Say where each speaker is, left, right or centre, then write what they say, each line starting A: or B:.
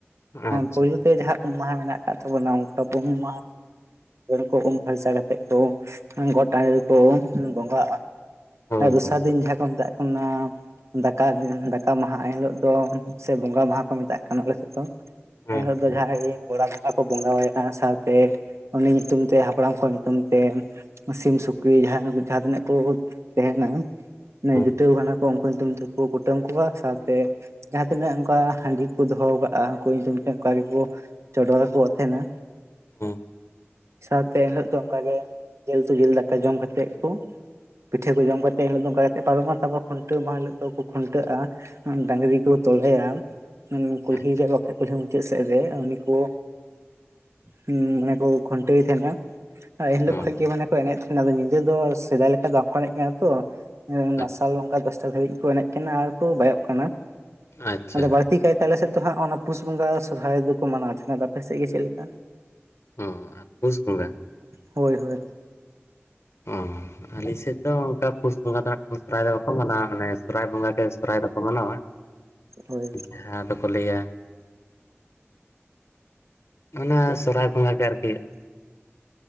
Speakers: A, on the left; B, on the right.
A: ᱟᱪᱪᱷᱟ
B: ᱯᱩᱭᱞᱩ ᱛᱮ ᱡᱟᱦᱟᱸ ᱩᱢ ᱢᱟᱦᱟ ᱢᱮᱱᱟᱜ ᱟᱠᱟᱫ ᱛᱟᱵᱚᱱᱟ ᱚᱱᱠᱟ ᱩᱢ ᱢᱟᱦᱟ ᱠᱚ ᱩᱢ ᱯᱷᱟᱨᱪᱟ ᱠᱟᱛᱮ ᱠᱚ ᱜᱚᱴ ᱴᱟᱺᱰᱤ ᱨᱮᱠᱚ ᱵᱚᱸᱜᱼᱟ
A: ᱦᱳᱭ
B: ᱫᱚᱥᱟᱨ
A: ᱦᱳᱭ
B: ᱫᱤᱱ ᱡᱟᱦᱟᱸ ᱠᱚ ᱢᱮᱛᱟᱜ ᱠᱟᱱᱟ ᱚᱱᱟ ᱫᱟᱠᱟ ᱫᱟᱠᱟ ᱢᱟᱦᱟ ᱮᱱ ᱦᱤᱞᱳᱜ ᱫᱚ ᱥᱮ ᱵᱚᱸᱜᱟ ᱢᱟᱦᱟ ᱠᱚ ᱢᱮᱛᱟᱜ ᱠᱟᱱᱟ᱾ ᱟᱞᱮ ᱥᱮᱫ ᱫᱚ
A: ᱦᱮᱸ
B: ᱮᱱ ᱦᱤᱞᱚᱜ ᱫᱚ
A: ᱦᱮᱸ
B: ᱡᱟᱦᱟᱸᱭ ᱜᱚᱲᱟ ᱵᱚᱸᱜᱟ ᱠᱚ ᱵᱚᱸᱜᱟᱣᱟᱭᱟ ᱥᱟᱶᱛᱮ ᱩᱱᱤ ᱧᱩᱛᱩᱢ ᱛᱮ ᱦᱟᱯᱲᱟᱢ ᱠᱚ ᱯᱨᱚᱢ ᱛᱮ ᱥᱤᱢ ᱥᱩᱠᱨᱤ ᱡᱟᱦᱟᱸ ᱡᱟᱦᱟᱸ ᱛᱤᱱᱟᱹᱜ ᱠᱚ ᱛᱟᱦᱮᱸᱱᱟ
A: ᱦᱮᱸ
B: ᱡᱩᱛᱟᱹ ᱠᱟᱱᱟ ᱩᱱᱠᱩ ᱧᱩᱛᱩᱢ ᱛᱮᱠᱩ ᱠᱩᱴᱟᱹᱢ ᱠᱚᱣᱟ ᱥᱟᱶᱛᱮ ᱡᱟᱦᱟᱸ ᱛᱤᱱᱟᱹᱜ ᱚᱱᱠᱟ ᱦᱟᱺᱰᱤ ᱠᱚ ᱫᱚᱦᱚ ᱠᱟᱜᱼᱟ᱾ ᱩᱱᱠᱩ ᱧᱩᱛᱩᱢ ᱚᱠᱟ ᱜᱮᱠᱚ ᱪᱚᱰᱚᱨᱟ ᱠᱚᱣᱟᱜ ᱛᱟᱦᱮᱸᱱᱟ᱾
A: ᱦᱩ
B: ᱥᱟᱶᱛᱮ ᱮᱱᱦᱤᱞᱳᱜ ᱫᱚ ᱚᱱᱠᱟᱜᱮ ᱡᱤᱞᱛᱩ ᱡᱤᱞ ᱫᱟᱠᱟ ᱡᱚᱢ ᱠᱟᱛᱮᱫ ᱠᱚ ᱯᱤᱴᱷᱟᱹ ᱠᱚ ᱡᱚᱢ ᱠᱟ ᱠᱟᱛᱮᱫ ᱮᱱᱤᱞᱳᱜ ᱫᱚ ᱚᱱᱠᱟ ᱠᱟ ᱠᱟᱛᱮᱮᱫ ᱯᱟᱨᱚᱢᱼᱟ᱾ ᱛᱟᱨᱯᱚᱨ ᱠᱷᱩᱱᱴᱟᱹᱣ ᱢ ᱦᱤᱞᱳᱜ ᱫᱚᱠᱚ ᱠᱷᱩᱱᱴᱟᱹᱜᱼᱟ᱾ ᱰᱟᱝᱨᱤ ᱠᱚ ᱛᱚᱞᱮᱭᱟ ᱠᱩᱞᱦᱤᱠᱚ
A: ᱟᱪᱪᱷᱟ
B: ᱠᱷᱟᱱ ᱠᱩᱞᱦᱤ ᱢᱩᱪᱟᱫ ᱢᱩᱪᱮᱫ ᱥᱮᱫ ᱨᱮ ᱩᱱᱤ ᱠᱚ ᱢᱟᱱᱮ ᱠᱚ ᱠᱷᱩᱱᱴᱟᱹᱣᱮ ᱛᱟᱦᱮᱸᱱᱟ᱾ ᱮᱱ ᱦᱤᱞᱳᱜ
A: ᱦᱚᱸ
B: ᱠᱷᱚᱱ ᱜᱮ ᱢᱟᱱᱮ ᱠᱚ ᱮᱱᱮᱡ ᱛᱟᱦᱮᱸᱱᱟ ᱟ ᱧᱤᱫᱟᱹ ᱫᱚ ᱥᱮᱫᱟᱭ ᱞᱮᱠᱟ ᱫᱚ ᱵᱟᱠᱚ ᱮᱱᱮᱡ ᱠᱟᱱᱟ ᱛᱚ ᱢᱟᱨᱥᱟᱞ
A: ᱟᱪᱪᱷᱟ
B: ᱱᱚᱝᱠᱟ ᱫᱚᱥᱴᱟ ᱫᱷᱟᱹᱵᱤᱡ ᱠᱚ ᱮᱱᱮᱡ ᱠᱟᱱᱟ ᱟᱨ ᱠᱚ ᱵᱟᱭᱚᱜ ᱠᱟᱱᱟ᱾
A: ᱟᱪᱪᱷᱟ
B: ᱟᱫᱚ ᱵᱟᱹᱲᱛᱤ ᱠᱟᱭᱛᱮ ᱟᱞᱮ ᱥᱮᱫ ᱫᱚ ᱦᱟᱸᱜ ᱚᱱᱟ ᱯᱩᱥ ᱵᱚᱸᱜᱟ ᱥᱚᱨᱦᱟᱭ ᱫᱚᱠᱚ ᱢᱟᱱᱟᱣ ᱛᱟᱦᱮᱱᱟ ᱟᱯᱮ ᱥᱮᱫ ᱜᱮ ᱪᱮᱫ ᱞᱮᱠᱟ
A: ᱚ ᱯᱩᱥ ᱵᱚᱸᱜᱟ
B: ᱦᱳᱭ ᱦᱳᱭ
A: ᱚ ᱟᱞᱮ ᱥᱮᱫ ᱫᱚ ᱚᱱᱠᱟ ᱯᱩᱥ ᱵᱚᱸᱜᱟ ᱫᱚ ᱥᱚᱨᱚᱦᱟᱭ ᱫᱚ ᱵᱟᱠᱚ ᱢᱟᱱᱟᱣᱟ ᱚᱱᱮ ᱥᱚᱦᱟᱨᱟᱭ ᱵᱚᱸᱜᱟ ᱜᱮ ᱥᱚᱦᱟᱨᱟᱭ ᱫᱚᱠᱚ ᱢᱟᱱᱟᱣᱟ᱾
B: ᱦᱳᱭ
A: ᱡᱟᱦᱟᱸ ᱫᱚ ᱞᱟᱹᱭᱟ ᱚᱱᱟ ᱥᱚᱨᱦᱟᱭ ᱵᱚᱸᱜᱟ ᱪᱟᱨᱠᱭᱟ